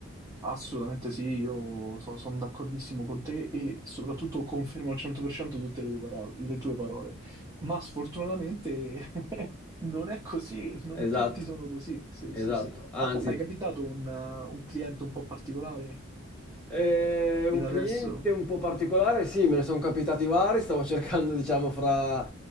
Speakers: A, on the right; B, in the centre.
A: Assolutamente sì, io sono d'accordissimo con te e soprattutto confermo al 100% tutte le tue parole, le tue parole. Ma sfortunatamente <laughs> non è così, non
B: Esatto.
A: tutti sono così. Sì,
B: Esatto,
A: sì, sì.
B: anzi,
A: A te è mai capitato un, uh, un cliente un po' particolare
B: Eh, un
A: fino
B: cliente
A: adesso?
B: un po' particolare, sì, me ne sono capitati vari, stavo <laughs> cercando, diciamo, fra,